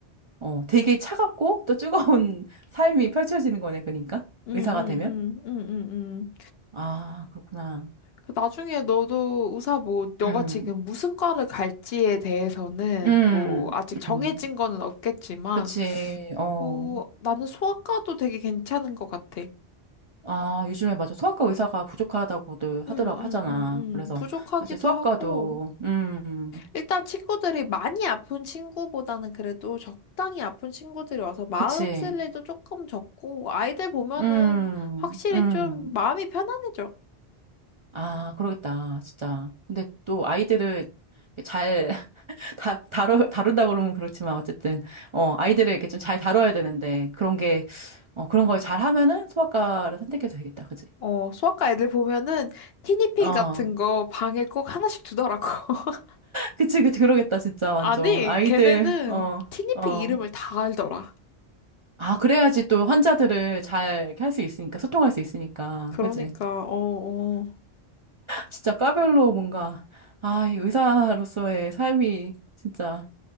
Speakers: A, on the right; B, on the left.
A: 어, 되게 차갑고 또 뜨거운 <laughs> 삶이 펼쳐지는 거네, 그러니까.
B: 응,
A: 의사가
B: 응,
A: 되면.
B: 응, 응, 응, 응.
A: 아, 그렇구나.
B: 그 나중에 너도 의사 뭐, 너가
A: 음.
B: 지금 무슨 과를 갈지에 대해서는
A: 음,
B: 뭐, 아직 정해진
A: 음,
B: 거는 없겠지만,
A: 그치, 어.
B: 뭐, 나는 소아과도 되게 괜찮은 것 같아.
A: 아, 요즘에 맞아. 소아과 의사가 부족하다고들
B: 응,
A: 하더라고,
B: 응,
A: 하잖아.
B: 응, 응.
A: 그래서,
B: 부족하기도
A: 사실 소아과도,
B: 하고.
A: 음,
B: 일단 친구들이 많이 아픈 친구보다는 그래도 적당히 아픈 친구들이 와서 마음
A: 그치,
B: 쓸 일도 조금 적고, 아이들 보면은
A: 음,
B: 확실히
A: 음.
B: 좀 마음이 편안해져.
A: 아, 그러겠다, 진짜. 근데 또 아이들을 잘 <laughs> 다, 다루, 다룬다고 그러면 그렇지만, 어쨌든, 어, 아이들을 이렇게 좀 잘 다뤄야 되는데, 그런 게, 어, 그런 걸 잘 하면은 소아과를 선택해도 되겠다, 그치?
B: 어, 소아과 애들 보면은 티니핑
A: 어,
B: 같은 거 방에 꼭 하나씩 두더라고. <laughs>
A: 그치, 그치, 그러겠다, 진짜, 완전.
B: 아니,
A: 아이들,
B: 걔네는
A: 어,
B: 티니핑
A: 어.
B: 이름을 다 알더라.
A: 아, 그래야지 또 환자들을 잘 이렇게 할 수 있으니까, 소통할 수 있으니까.
B: 그러니까,
A: 그치?
B: 어, 어.
A: 진짜 과별로 뭔가, 아, 이 의사로서의 삶이 진짜,